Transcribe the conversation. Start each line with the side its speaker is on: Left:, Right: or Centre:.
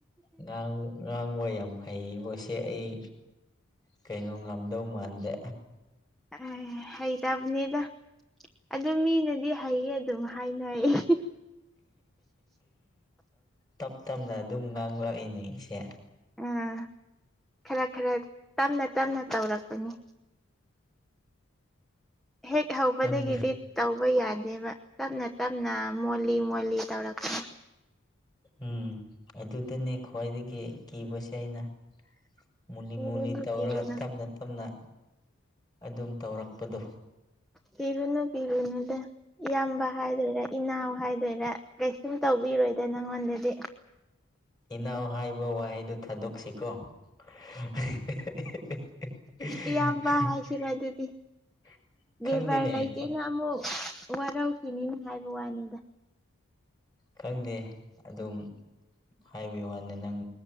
Left: ꯉꯥꯡ ꯉꯥꯡꯕ ꯌꯥꯝ ꯍꯩꯕꯁꯦ ꯑꯩ ꯀꯩꯅꯣ ꯉꯝꯗꯧ ꯃꯥꯟꯗꯦ
Centre: ꯑꯦ ꯍꯩꯇꯕꯅꯤꯗ ꯑꯗꯨ ꯃꯤꯅꯗꯤ ꯍꯩꯌꯦ ꯑꯗꯨꯝ ꯍꯥꯏꯅꯩ
Left: ꯇꯞ ꯇꯞꯅ ꯑꯗꯨꯝ ꯉꯥꯡꯂꯛꯏꯅꯦ ꯏꯁꯦ
Centre: ꯎꯝ ꯈꯔ ꯈꯔ ꯇꯝꯅ ꯇꯝꯅ ꯇꯧꯔꯛꯄꯅꯤ ꯍꯦꯛ ꯍꯥꯎꯕꯗꯒꯤꯗꯤ
Left: ꯈꯪ
Centre: ꯇꯥꯎ ꯇꯧꯕ ꯌꯥꯗꯦꯕ ꯇꯞꯅ ꯇꯞꯅ ꯃꯣꯜꯂꯤ ꯃꯣꯜꯂꯤ ꯇꯧꯔꯛꯄ
Left: ꯎꯝ ꯑꯗꯨꯗꯅꯦ ꯈ꯭ꯋꯥꯏꯗꯒꯤ ꯀꯤꯕꯁꯦ ꯑꯩꯅ ꯃꯨꯂꯤ
Centre: ꯀꯤꯔꯨꯅꯨ
Left: ꯃꯨꯂꯤ ꯇꯧꯔꯒ
Centre: ꯀꯤꯔꯨꯅꯨ
Left: ꯇꯞꯅ ꯇꯞꯅ ꯑꯗꯨꯝ ꯇꯧꯔꯛꯄꯗꯣ
Centre: ꯀꯤꯔꯨꯅꯨ ꯀꯤꯔꯨꯅꯨꯗꯥ ꯏꯌꯥꯝꯕ ꯍꯥꯏꯗꯣꯏꯔꯥ ꯏꯅꯥꯎ ꯍꯥꯏꯗꯣꯏꯔꯥ ꯀꯩꯁꯨꯝ ꯇꯧꯕꯤꯔꯣꯏꯗ ꯅꯪꯉꯣꯟꯗꯗꯤ
Left: ꯏꯅꯥꯎ ꯍꯥꯏꯕ ꯋꯥꯍꯩꯗꯨ ꯊꯥꯗꯣꯛꯁꯤꯀꯣ <unintelligible>
Centre: ꯏꯌꯥꯝꯕ ꯍꯥꯏꯁꯤꯔ ꯑꯗꯨꯗꯤ
Left: ꯈꯪꯗꯦꯅꯦ
Centre: ꯕꯦꯕꯥꯔ ꯂꯩꯇꯦꯅ ꯑꯃꯨꯛ ꯋꯥꯔꯧꯈꯤꯅꯤꯅ ꯍꯥꯏꯕ ꯋꯥꯅꯤꯗ
Left: ꯈꯪꯗꯦ ꯑꯗꯨꯝ ꯍꯥꯏꯕꯒꯤ ꯋꯥꯅꯤꯗꯥ ꯅꯪ